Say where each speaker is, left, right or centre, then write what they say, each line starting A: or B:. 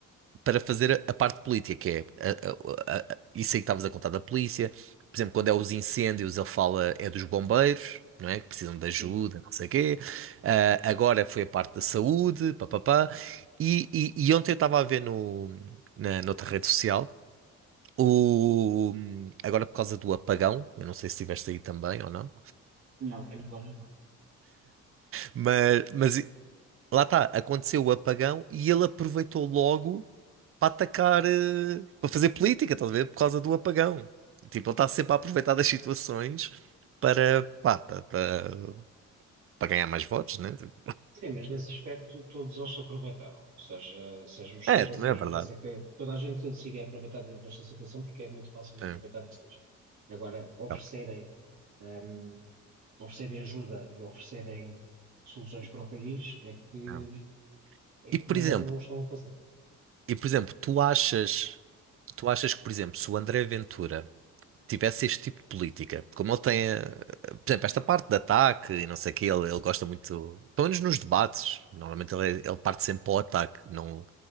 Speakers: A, on the right; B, on the right.
A: para fazer a, a parte política, que é a- a- a- a- isso aí que estavas a contar da polícia. Por exemplo, quando é os incêndios, ele fala é dos bombeiros, não é? Que precisam de ajuda,
B: Sim,
A: não sei o quê. Ah, agora foi a parte da saúde, papapá. E, e, e ontem eu estava a ver no, na, noutra rede social. O, agora por causa do apagão, eu não sei se estiveste aí também ou não,
B: não, aqui no plano não.
A: Mas, mas e- lá está, aconteceu o apagão e ele aproveitou logo para atacar, eh, para fazer política, estás a ver? Por causa do apagão. Tipo, ele está sempre a aproveitar das situações para, pá, para, para, para ganhar mais votos, né? Tipo,
B: Sim, mas nesse aspecto todos eles se aproveitaram, seja, seja o Chega,
A: É, também
B: seja
A: é verdade.
B: o PCP, toda a gente se iria aproveitar de- desta situação porque é muito fácil aproveitar
A: É.
B: isso disto. Agora, oferecerem
A: Não,
B: hum, oferecerem ajuda e oferecerem soluções para o país, é que,
A: não.
B: é que
A: E por
B: não,
A: exemplo,
B: não o estão a fazer.
A: e por exemplo, tu achas, tu achas que, por exemplo, se o André Ventura tivesse este tipo de política. Como ele tem, eh, por exemplo, esta parte de ataque e não sei o quê, ele, ele gosta muito, pelo menos nos debates, normalmente ele, ele parte sempre para o ataque, não,